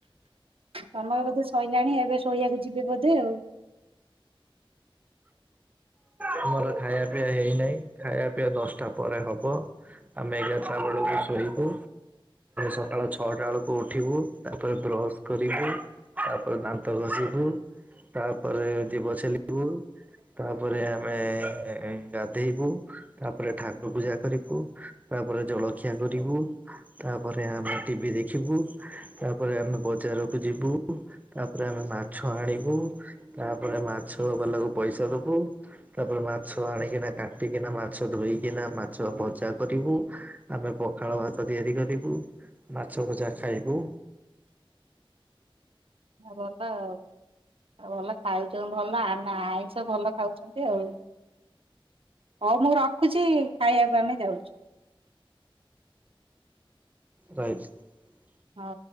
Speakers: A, on the right (about 80°); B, on the right (about 15°).
A: ତମର ବୋଧେ ସଇଲାଣି ଏବେ ଶୋଇବାକୁ ଯିବି ବୋଧେ ଆଉ।
B: ଆମର ଖାଇବା ପିଇବା ହେଇନାହିଁ। ଖାଇବା ପିଇବା ଦଶଟା ପରେ ହବ। ଆମେ ଏଗାରଟା ବେଳକୁ ଶୋଇବୁ ସକାଳ ଛଅଟା ବେଳକୁ ଉଠିବୁ। ତାପରେ ବ୍ରଶ କରିବୁ। ତାପରେ ଦାନ୍ତ ଘଷିବୁ। ତାପରେ ଜୀବ ଛେଲିବୁ। ତାପରେ ଆମେ ଗାଧେଇବୁ, ତାପରେ ଠାକୁର ପୂଜା କରିବୁ, ତାପରେ ଜଳଖିଆ କରିବୁ। ତାପରେ ଆମେ ଟିଭି ଦେଖିବୁ, ତାପରେ ଆମେ ବଜାରକୁ ଯିବୁ, ତାପରେ ଆମେ ମାଛ ଆଣିବୁ ତାପରେ ମାଛ ବାଲାକୁ ପଇସା ଦବୁ, ତାପରେ ମା ମାଛ ଆଣିକିନା କାଟିକିନା ମାଛ ଧୋଇକିନା ମାଛ ଭଜା କରିବୁ। ଆମେ ପଖାଳ ଭାତ ତିଆରି କରିବୁ ମାଛ ଭଜା ଖାଇବୁ।
A: ଭଲ ଆଉ, ଆଉ ଭଲ ଖାଉଛନ୍ତି ଭଲ ଆ ନା ଆଇଷ ଭଲ ଖାଉଛନ୍ତି ଆଉ। ହଉ ମୁଁ ରଖୁଛି। ଖାଇବାକୁ ଆମେ ଯାଉଛୁ।
B: ରାଇ୍ <unintelligible>
A: ହଉ।